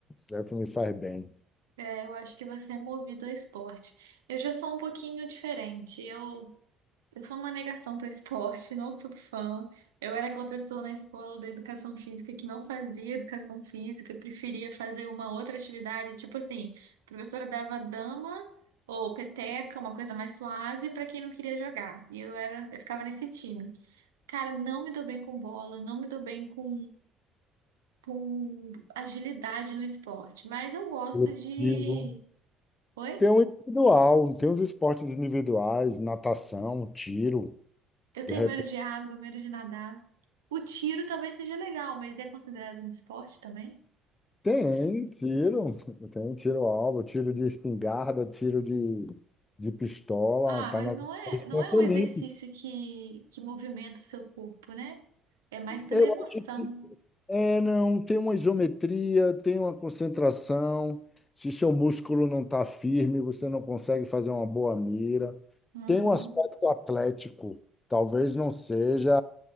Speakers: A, on the left; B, on the right.
A: É o que me faz bem.
B: É, eu acho que você é movido a esporte. Eu já sou um pouquinho diferente. Eu Eu sou uma negação para esporte, <laughs> não sou fã. Eu era aquela pessoa na escola da educação física que não fazia educação física, preferia fazer uma outra atividade, tipo assim, a professora dava dama ou peteca, uma coisa mais suave para quem não queria jogar. E eu era, eu ficava nesse time. Cara, não me dou bem com bola, não me dou bem com com agilidade no esporte, mas eu gosto
A: Coletivo.
B: de Oi?
A: Tem um individual, tem os esportes individuais, natação, tiro,
B: Eu
A: de
B: tenho
A: repente.
B: medo de água, medo de nadar. O tiro talvez seja legal, mas é considerado um esporte também?
A: Tem tiro, tem tiro-alvo, tiro de espingarda, tiro de, de pistola,
B: Ah,
A: tá
B: mas
A: na
B: não
A: no
B: é,
A: esporte
B: não é um
A: olímpico.
B: exercício que, que movimenta o seu corpo, né? É mais pela
A: Eu
B: emoção.
A: acho que É, não, tem uma isometria, tem uma concentração. Se seu músculo não está firme, você não consegue fazer uma boa mira.
B: Uhum.
A: Tem um aspecto atlético, talvez não seja